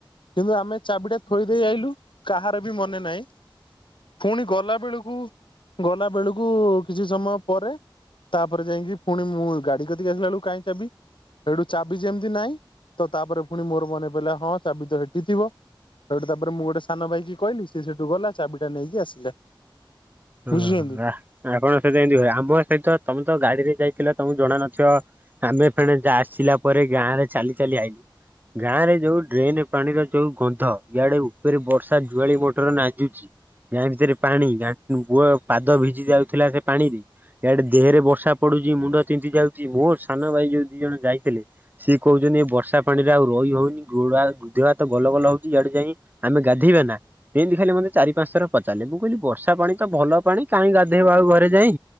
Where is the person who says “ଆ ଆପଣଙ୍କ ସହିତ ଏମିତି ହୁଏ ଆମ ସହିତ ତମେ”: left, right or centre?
Right